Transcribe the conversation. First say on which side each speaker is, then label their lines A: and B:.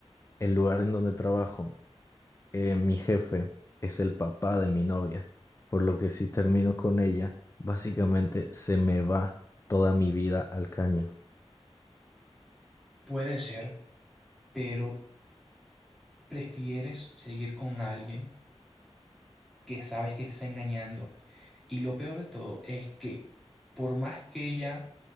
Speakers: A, on the left; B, in the centre.
A: el lugar en donde trabajo. eh, mi jefe es el papá de mi novia, por lo que si termino con ella, básicamente se me va toda mi vida al caño.
B: Puede ser, pero prefieres seguir con alguien que sabes que te está engañando. Y lo peor de todo es que por más que ella